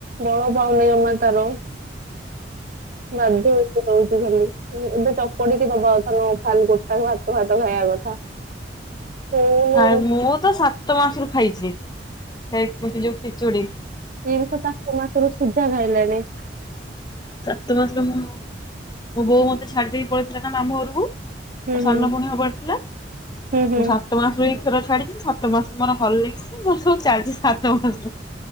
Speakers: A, on the right (about 45°); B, on the left (about 25°).
A: ବଳ ପାଉନି ଜମା ତାର।
B: <inaudible>
A: ମ <inaudible> ଦୋଉଛି ଧରିକି, ଏବେ ଚକଡିକି ଦବା କଥା ନ ନୁହଁ, ଖାଲିଗୋଟା ଭାତ, ଭାତ ଖାଇବା କଥା।
B: <inaudible>
A: ଫୁଣି
B: ମୁଁ ତ ସାତ ମାସରୁ ଖାଇଛି। ହେଉଥିବ ଯୋଉ ଖିଚୁଡି
A: ଏଇ ବିଷ ତାକୁ <unintelligible> ମାରୁ ସିଝାଖାଇଲାଣିି।
B: ସାତମାସରେ ମୁଁ ମୋବୋଉ ମତେ ଛାଡିଦେଇ ପଳେଇଥିଲା ନା ମାମୁ ଘରକୁ?
A: ହୁଁ
B: ମୋ ସାନ
A: ହୁଁ
B: ଭଉଣୀ ହବାର ଥିଲା।
A: ହୁଁ ହୁଁ
B: ସା ପୁରା ପୁରି କ୍ଷୀର ଛାଡିଛି, ସାତ ମାସରୁ ମୋର ହରଲିକସ୍ ମୋର ସବୁ ଚାଲିଛି ସାତମାସରୁ